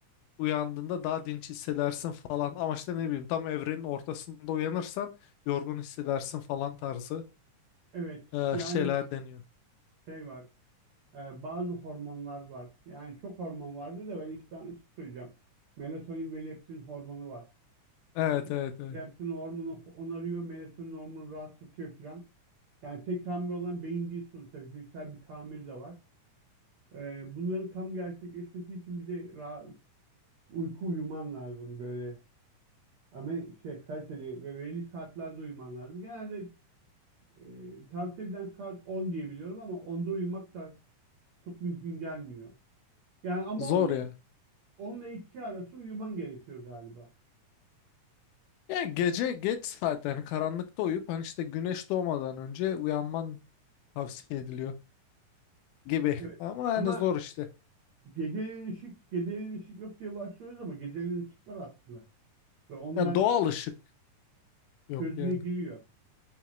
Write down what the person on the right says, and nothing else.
Evet,
yani
şey var. e, bazı hormonlar var. Yani çok hormon vardı da ben iki tanesi söyleyeceğim. Melatonin ve leptin hormonu var.
İşte
leptin hormonu onarıyor, melatonin hormonu rahatlatıyor filan. Yani tek tamir olan beyin değil sonuçta. Fiziksel bir tamir de var. E, bunların tam gerçekleşmesi için bir de ra- uyku uyuman lazım böyle. Ama şey kaliteli ve belli saatlerde uyuman lazım. Genelde E, tavsiye edilen saat 10 diye biliyorum ama 10'da uyumak da çok mümkün gelmiyor. Yani ama
10 ile,
10 2 arası uyuman gerekiyor galiba.
Evet.
Ama
geceleyin ışık, geceleyin ışık yok diye başlıyoruz ama geceleyin ışık var aslında. Ve onlar
gözüne
giriyor.